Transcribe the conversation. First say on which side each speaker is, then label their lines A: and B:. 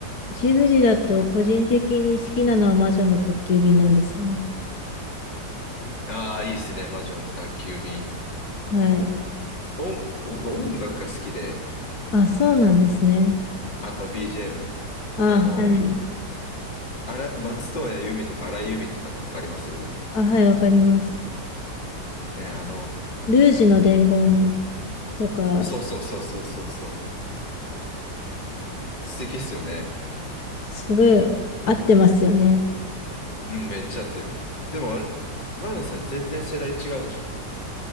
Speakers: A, on the left; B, on the left.
A: ジブリだと個人的に好きなのは魔女の宅急便なんですよね。
B: ああー、いいっすね、魔女の宅急便。
A: はい。
B: 音、僕音楽が好きで、
A: あ、そうなんですね。
B: あの BGM。
A: あ、
B: あの、
A: はい。
B: あら、松任谷由実とか荒井由実とかってわかります
A: あ、はい、わかります。
B: ね、あの、
A: ルージュの伝言とか、
B: そうそうそうそうそうそう。素敵っすよね。
A: すごい合ってますよね。
B: うん、めっちゃ合ってる。でもあれ、マナさん全然世代違うでしょ